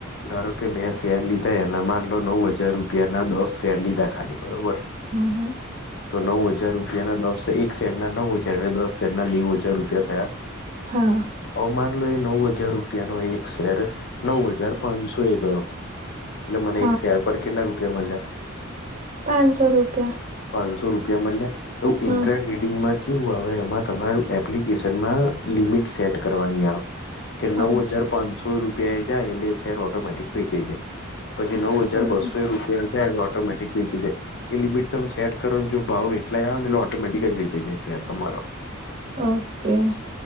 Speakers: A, on the left; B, on the right.
A: ધારો કે મેં શેર લીધા એના માન લો નવ હજાર રૂપિયા ના દસ શેર લીધા ખાલી બરોબર
B: હમ
A: તો નવ હજાર રૂપિયા ના દસ એક શેર ના નવ હજાર એટલે દસ શેર ના નેવ હજાર રૂપિયા થયા
B: હા
A: અવમાન લો એ નવ હજાર રૂપિયાનોો એક શેર નવ હજાર પાંચસો એ ગયો એટલે મને
B: હા
A: એક શેર પર કેટલા રૂપિયા મળ્યા
B: પાંચસો રૂપિયા
A: પાંદચસો રૂપિયા મળ્યાુંઇન્ટરે
B: હમ
A: રીડિંગમાં કેવું આવે એમાં તમારું એપ્લિકેશનમાં લિમિટ સેટ કરવાની આવે કે
B: હા
A: નવ હજાર પાંચસો રૂપિયા એ જાય એટલે શેર ઓટોમેટિક પેચાઈ જાય પછી નવ હજાર
B: ઓકે
A: બસો રૂપિયા જાય એ ઓટોમેટિક વેચી જાય એ લિમિટ તમે સેટ કરો જો ભાવ એટલાય આવે એટલે ઓટોમેટિક જ વેચી જાય સેટ તમારો
B: ઓકે